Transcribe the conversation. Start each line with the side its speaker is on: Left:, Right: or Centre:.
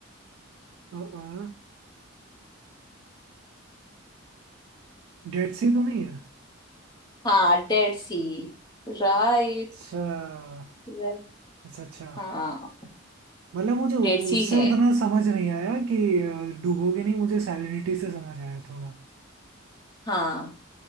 Right: आ, आ, डेड सी तो नहीं है
Left: हाँ डेड सी राइट
Right: अच्छा
Left: राइट
Right: अच्छा अच्छा
Left: हाँ
Right: मतलब मुझे उससे
Left: डेड सी है
Right: उतना समझ नहीं आया कि अ, डूबोगे नहीं मुझे सैलिनिटी से समझ आया थोड़ा
Left: हाँ